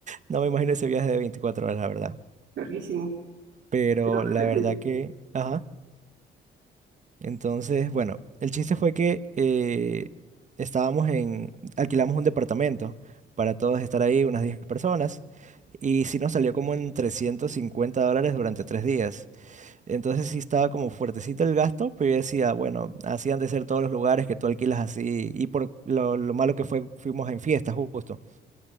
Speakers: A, on the right; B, on the right.
A: no me imagino ese viaje de 24 horas, la verdad.
B: larguísimo.
A: Pero
B: Quiero
A: la
B: repetir,
A: verdad que... Ajá. Entonces, bueno, el chiste fue que eh, estábamos en, alquilamos un departamento para todos estar ahí, unas 10 personas, y sí nos salió como en 350 dólares durante tres días. Entonces sí estaba como fuertecito el gasto, pero yo decía, bueno, así han de ser todos los lugares que tú alquilas así, y por lo, lo malo que fue, fuimos en fiestas justo.